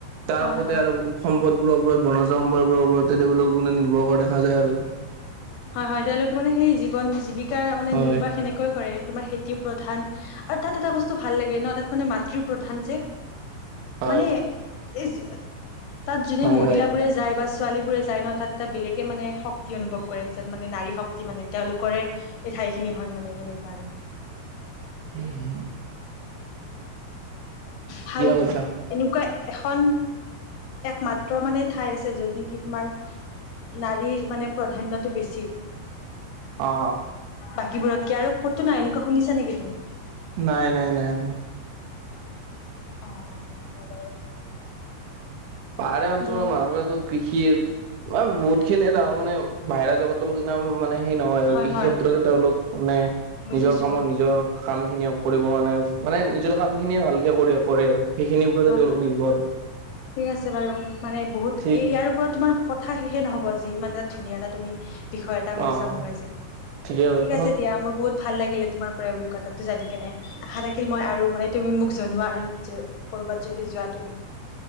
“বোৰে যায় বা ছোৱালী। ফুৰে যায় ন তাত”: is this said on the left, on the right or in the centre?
Left